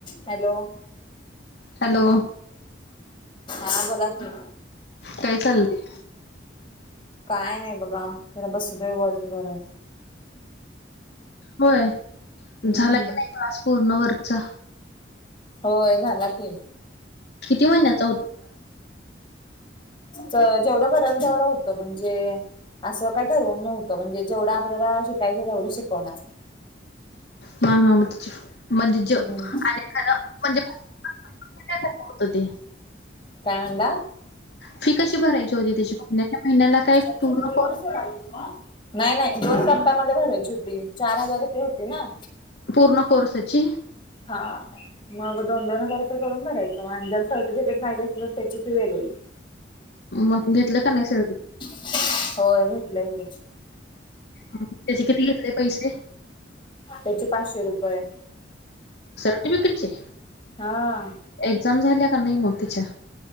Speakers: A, on the left; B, on the left.
A: हॅलो
B: हॅलो
A: हा बोला की
B: काय चाललंय
A: काय नाही बघा त्याला बस वेग वाच घरात
B: होय
A: हम्म
B: झाला की नाही क्लास पूर्ण वर्गचा
A: होय झाला की
B: किती महि्यात
A: तर जेवढं कराल तेवढं होतं म्हणजे असं काही ठरवून नव्हतं म्हणजे जेवढं आपल्याला शिकायचं तेवढी शिकवणार
B: ह हा मतच म्हणजे ज
A: हम्म
B: आणि खरं म्हणजे होत ते
A: काय म्हड
B: फी कशी भरायची होती त्याची महिन्याच्या महिन्याला काय
A: सोड
B: पूर्ण कोर्स
A: आ नाही नाही दोन टप्प्यामध्ये भरायची होती चार हजार रुपये होती ना
B: पूर्ण कोर्स अची
A: हा मग दोन दोन क तर करून भरायचं आणि जर सर्टिफिकेट माहिे असेल तर त्याचीच वेगळी
B: मग घेतलं का नाही से
A: होय भेटलंय क
B: त्यासे किती घेतले पैसे
A: त्याचे पाचशे रुपये
B: सर््टिफिकेटचे
A: हा
B: एक्झाम झाल्या का नाही मग तिच्या